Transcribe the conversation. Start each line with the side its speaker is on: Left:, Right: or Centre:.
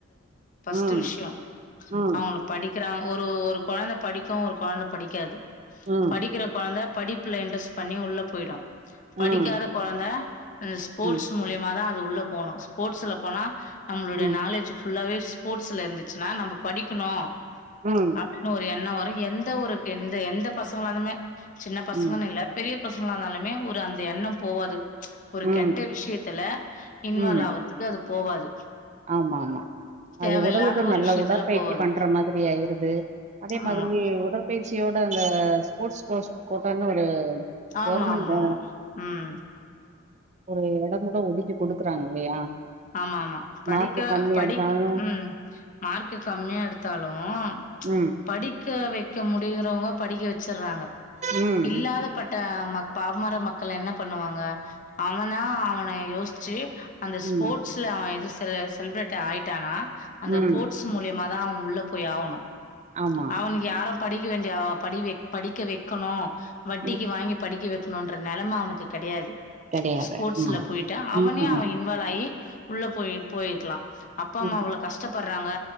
Left: ஃபஸ்ட்
Right: ம்
Left: விஷயம்
Right: ம்
Left: அவங்கள படி படிக்கிறாங்க ஒரு ஒரு கொழந்த படிக்கும் ஒரு கொழந்த படிக்காது
Right: ம்
Left: படிக்கிற கொழந்த படிப்புல இன்ட்ரெஸ் பண்ணி உள்ள போயிடும் படிக்காத
Right: ம்
Left: கொழந்த ஸ்போர்ட்ஸ்
Right: ம்
Left: மூலியமா நா அது உள்ள போனும் ஸ்போர்ட்ஸ்ல போனா நம்மளுடைய
Right: ம்
Left: நாலெட்ஜ் ஃபுல்லாவே ல இருந்துச்சுன்னா நம்ம படிக்கணும்
Right: ம்
Left: அப்பிடின்னு ஒரு என்ன வரும் எந்த ஊருக்கு எந்த எந்த பசங்களாலுமே சின்ன பசங்கன்னு
Right: ம்
Left: இல்ல பெரிய பசங்க நாளு மே ஒரு அந்த எண்ணம் போவாது ஒரு
Right: ம்
Left: கெட்ட விஷயத்துல இன்வால்வ்
Right: ம்
Left: ஆகுறதுக்கு அது போவாது
Right: ஆமா ஆமா அது
Left: தேவையில்லாத
Right: உடலுக்கு
Left: ஒரு
Right: நல்லா
Left: விஷயத்துல
Right: உடற்பயிற்சி
Left: போவாது
Right: பண்ற மாதிரி ஆயிருது அதே
Left: ஆமா
Right: மாதிரி உடற்பயிற்சி <unintelligible> அந்த ஸ்போர்ட்ஸ் போஸ் கோட்டனு ஒரு
Left: ஆமா
Right: கவர்மெண்ட்
Left: ஆமா ஆமா உம்
Right: ஒரு இடந்த ஒதுக்கி குடு குடுக்குறாங்க இல்லையா
Left: ஆமா ஆமா படிக்க
Right: மார்க் கம்மியா
Left: படிக்
Right: எடுத்தாலு
Left: உம் மார்க்கு கம்மியா எடுத்தாலு ச்
Right: ம்
Left: படிக்க வை படிக்க முடிங்கிறவங்க படிக்க வச்சுடுறாங்க
Right: ம்
Left: இல்லாத பட் ட ஆ பமார மக்கள் என்ன பண்ணுவாங்க அவனா அவன யோசிச்சு அந்த
Right: ம்
Left: ஸ்போட்ஸ்ல அவன் எதோ ல செல்ப்ரேட் ஆயிட்டானா அந்த
Right: ம்
Left: போட்ஸ் மூலியமா தான் அவன் உள்ள போய் ஆவனு
Right: ஆமா ஆமா
Left: அவன்க்கு யாரப் படிக்க வேண்டியா வா படி வை படிக்க வைக்கணு வட்டிக்கு
Right: ம்
Left: வாங்கி படிக்க வக்கணுன்ற நெலம அவனுக்கு கெடயாது
Right: கெடையாது
Left: ஸ்போர்ட்ஸ்ல
Right: ஆமா
Left: போயிட்டா அவனே
Right: ம்
Left: அவன் யின்வால்லாயி உள்ள போயு போயிர்க்கலாம் அப்பா
Right: ம்
Left: ம்மா அவ்ளோ கஷ்டப்பட்ற ங்க